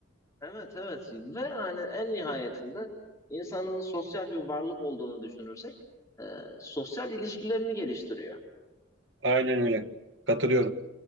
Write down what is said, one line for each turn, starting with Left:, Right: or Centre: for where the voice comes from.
Left: Evet, evet. Ve hani en nihayetinde insanın sosyal bir varlık olduğunu düşünürsek, e, sosyal ilişkilerini geliştiriyor.
Right: Aynen öyle. Katılıyorum.